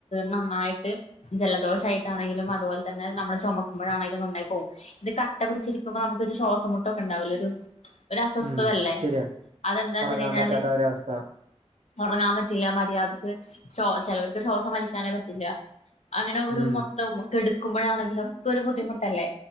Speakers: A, on the left (about 75°); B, on the right (about 75°).
A: നന്നായിട്ട് ജലദോഷായിട്ടാണെങ്കിലും അതുപോലെ തന്നെ നമ്മള് ചൊമക്കുമ്പോഴാണെങ്കിലും നന്നായി പോകും. ഇത് കട്ട പിടിച്ചിരിക്കുമ്പോ നമുക്കൊരു ശ്വാസം മുട്ടൊക്കെ ഉണ്ടാവുലൊരു ഒരു അസ്വസ്ഥതല്ലേ
B: ഉം ശരിയാ
A: അതെന്താച്ചയ്ഞ്ഞാല്
B: ഉറങ്ങാൻ പറ്റാത്ത ഒരവസ്ഥ
A: ഉറങ്ങാപറ്റില്ല മര്യാദക്ക്‌ ചൊ ചെലർക്ക് ശ്വാസം വലിക്കാനേ പറ്റില്ല അങ്ങനെ ഒരു
B: ഉം
A: മൊത്തം എടുക്കുമ്പോഴാണെങ്കിലും ഒക്കെ ഒരു ബുദ്ധിമുട്ടല്ലേ?